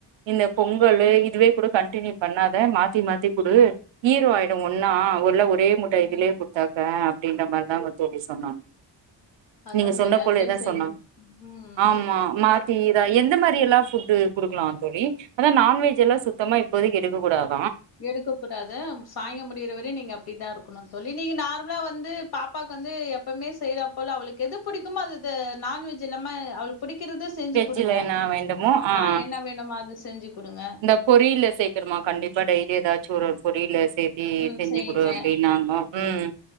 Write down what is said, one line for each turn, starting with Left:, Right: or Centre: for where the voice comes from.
Right: இந்த பொங்கல இதுவே கூட கண்டியூ பண்ணாத மாத்தி மாத்தி குடு ஈரோ ஆய ஒன்னா ஒருல ஒரே முட்ட
Left: ம்.
Right: இதுலயே கொடுத்தாக்க அப்படின்ற மாதிரிதாங்க தோழி சொன்னாங்க
Left: அதான்
Right: நீங்க
Left: தெரியும்
Right: சொன்ன
Left: அதுமாரி
Right: போலயேதா
Left: செய்யுங்க
Right: சொன்னாங்க
Left: உம்
Right: ஆமா மாத்தி எந்த மாரி எல்லாம் புட்டு் குடுக்கலாம் தோழி அதா நான்வஜ் எல்லாம் சுத்தமா இப்போதக்கு எடுக்க கூடாது
Left: எடுக்க கூடாது சாங்கியம் முடியறவரையும் நீங்க அப்டிதா இருக்கும் சொல்லி நீங்க நார்மலா வந்து பாப்பாக்கு வந்து எப்பவுமே செய்யற போல அவளுக்கு எது புடிபுடிக்குமோ அது நான்வெஜ் இல்லாம அவளுக்கு புடிக்கிறத செஞ்சு
Right: வெஜ்ஜல
Left: குடுங்க
Right: என்ன வேண்டுமோ ஆஹ்
Left: ஆ என்ன வேணுமோ அது செஞ்சு குடுங்க
Right: இந்த பொரியல் சேக்கணுமா கண்டிப்பா டெய்லி ஏதாச்சு ஒரு ஒரு பொரியல டெய்லி
Left: ம்
Right: செஞ்சு
Left: செய்யுங்க
Right: குடு அப்டின்னாங்க ம்